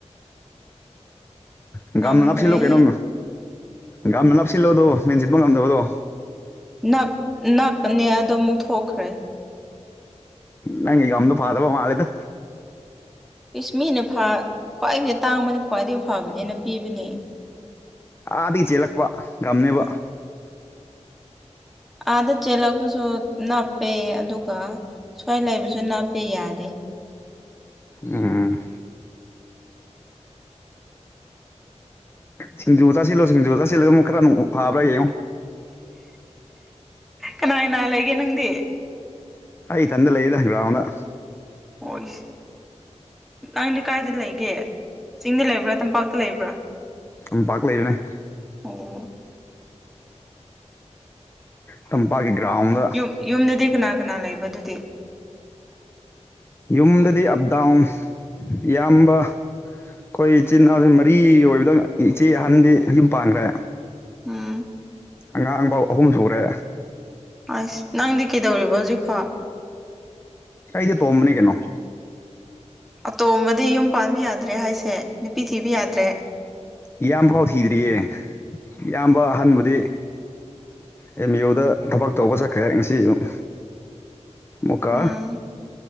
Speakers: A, on the left; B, in the centre.
A: ꯑ
B: ꯉꯝꯗ꯭ꯔꯦ
A: ꯒꯅ ꯅꯞꯁꯤꯜꯂꯣ ꯀꯩꯅꯣꯝ ꯒꯅ ꯅꯥꯞꯁꯤꯜꯂꯣꯗꯣ ꯃꯦꯟ ꯆꯠꯄ ꯉꯝꯗꯕꯗꯣ
B: ꯅꯞ ꯅꯞꯄꯅꯦ ꯑꯗꯣ ꯑꯃꯨꯛ ꯊꯣꯛꯈ꯭ꯔꯦ
A: ꯅꯪꯒꯝꯗ ꯐꯥꯗꯕ ꯃꯥꯦꯗ
B: ꯏꯁꯁ ꯃꯤꯅ ꯈ꯭ꯋꯥꯏꯗꯒꯤ ꯇꯥꯡꯕꯅꯤ ꯈ꯭ꯋꯥꯏꯗꯒꯤ ꯐꯕꯅꯦꯅ ꯄꯤꯕꯅꯦ
A: ꯑꯥꯗꯒꯤ ꯆꯦꯜꯂꯛꯄ ꯉꯒꯝꯅꯦꯕ
B: ꯑꯥꯗ ꯆꯦꯜꯂꯛꯄꯁꯨ ꯅꯞꯄꯦ ꯑꯗꯨꯒ ꯁ꯭ꯋꯥꯏ ꯂꯩꯕꯁꯨ ꯅꯞꯄꯦ ꯌꯥꯗꯦ
A: ꯎꯝ ꯁꯤꯡꯖꯨ ꯆ ꯁꯤꯜꯂꯣ ꯁꯤꯡꯖꯨꯗ ꯁꯤꯜꯂ ꯈꯔ ꯐꯥꯕ꯭ꯔꯒꯦ
B: ꯀꯅꯥ ꯀꯅꯥ ꯂꯩꯒꯦ ꯅꯪꯗꯤ
A: ꯑꯩ ꯏꯊꯟꯗ ꯂꯩꯌꯦꯗ ꯒ꯭ꯔꯥꯎꯟꯗ
B: ꯍꯁ ꯅꯪꯗꯤ ꯀꯥꯏꯗ ꯂꯩꯒꯦ ꯆꯤꯡꯗ ꯂꯩꯕ꯭ꯔꯥ ꯇꯝꯄꯥꯛꯇ ꯂꯩꯕ꯭ꯔꯥ
A: ꯂꯝꯝꯄꯥꯛꯥꯛ ꯂꯩꯕꯅꯦ
B: ꯑꯣ
A: ꯇꯝꯄꯥꯛꯀꯤ ꯒ꯭ꯔꯥꯎꯟꯗ
B: ꯌꯨꯝ ꯌꯨꯝꯗꯗꯤ ꯀꯅꯥ ꯀꯅꯥ ꯂꯩꯕ ꯑꯗꯨꯗꯤ
A: ꯌꯨꯝꯗꯗꯤ ꯑꯞ ꯗꯥꯎꯟ ꯌꯥꯝꯕ ꯑꯩꯈꯣꯏ ꯏꯆꯤꯜ ꯏꯅꯥꯎꯁ ꯃꯔꯤ ꯑꯣꯏꯕꯗ ꯏꯆꯦ ꯑꯍꯟꯗꯤ ꯌꯨꯝ ꯄꯥꯡꯈ꯭ꯔꯦ
B: ꯎꯝ
A: ꯑꯉꯥꯡ ꯄꯥꯎ ꯑꯍꯨꯝ ꯁꯨꯔꯦ
B: ꯑꯁ ꯅꯪꯗꯤ ꯀꯩꯗꯧꯔꯤꯕ ꯍꯧꯖꯤꯛꯐꯥꯎ
A: ꯀꯩꯗꯤꯦ ꯇꯣꯡꯝꯕꯅꯦ ꯀꯩꯅꯣ
B: ꯑꯇꯣꯝꯕꯗꯤ ꯌꯨꯝ ꯄꯥꯟꯕ ꯌꯥꯗ꯭ꯔꯦ ꯍꯥꯏꯁꯦ ꯅꯨꯄꯤ ꯊꯤꯕ ꯌꯥꯗ꯭ꯔꯦ
A: ꯏꯌꯥꯝꯕ ꯐꯥꯎ ꯊꯤꯗ꯭ꯔꯤꯌꯦ ꯏꯌꯥꯝꯕ ꯑꯍꯥꯟꯕꯗꯤ ꯑꯦꯝ ꯏ ꯌ ꯑꯣꯗ ꯊꯕꯛ ꯇꯧꯕ ꯆꯠꯈ꯭ꯔꯦ ꯉꯁꯤ ꯑꯨꯛ ꯃꯀꯥ
B: ꯎꯝ